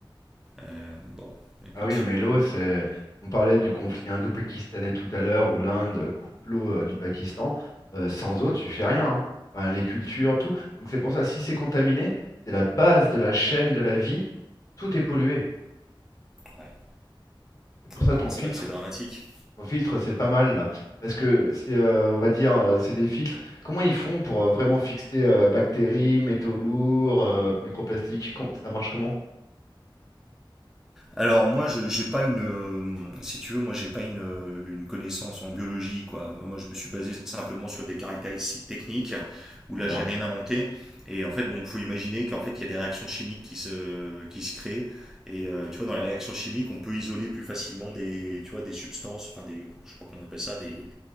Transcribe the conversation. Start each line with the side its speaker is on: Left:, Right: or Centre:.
Centre: Euh, bon, écoute.
Left: Ah oui, non, mais l'eau, c'est. On parlait du conflit indo-pakistanais tout à l'heure, où l'Inde coupe l'eau euh, du Pakistan. Euh, sans eau, tu fais rien. hein. Enfin, les cultures, tout. Donc c'est pour ça, si c'est contaminé, c'est la base de la chaîne de la vie. Tout est pollué.
Centre: Ouais.
Left: C'est pour ça
Centre: Non,
Left: ton
Centre: non, c'est
Left: filtre.
Centre: vrai que c'est dramatique.
Left: Ton filtre, c'est pas mal là. Parce que c'est, euh, on va dire, euh, c'est des filtres. Comment ils font pour euh, vraiment fixer euh, bactéries, métaux lourds, euh, microplastiques? Com- Ça marche comment?
Centre: Alors moi, je j'ai pas une, euh, si tu veux, moi j'ai pas une, euh, une connaissance en biologie quoi. Moi, je me suis basé simplement sur des caractéristiques techniques où
Left: D'accord.
Centre: là j'ai rien inventé. Et en fait, bon, faut imaginer qu'en fait il y a des réactions chimiques qui se qui se créent. Et euh, tu vois, dans les réactions chimiques, on peut isoler plus facilement des, tu vois, des substances, enfin des, je sais pas comment on appelle ça, des